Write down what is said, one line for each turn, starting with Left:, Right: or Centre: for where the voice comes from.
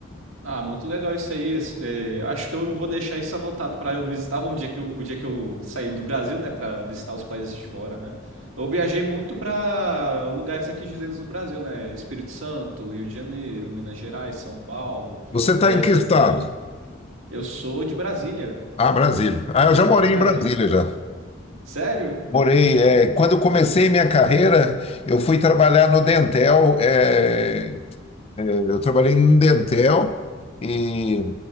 Right: Ah, muito legal isso aí. Es- é, acho que eu vou deixar isso anotado para eu visitar um dia que eu, o dia que eu sair do Brasil, né, para visitar os países de fora, né? Eu viajei muito para lugares aqui de dentro do Brasil, né? Espírito Santo, Rio de Janeiro, Minas Gerais, São Paulo,
Left: Você está
Right: Goiás
Left: em que estado?
Right: também. Eu sou de Brasília.
Left: Ah, Brasília. Ah, eu já
Right: Sou
Left: morei
Right: de Brasília.
Left: em Brasília já.
Right: Sério?
Left: Morei. é, quando eu comecei minha carreira, eu fui trabalhar no Dentel. é, é, eu trabalhei em Dentel e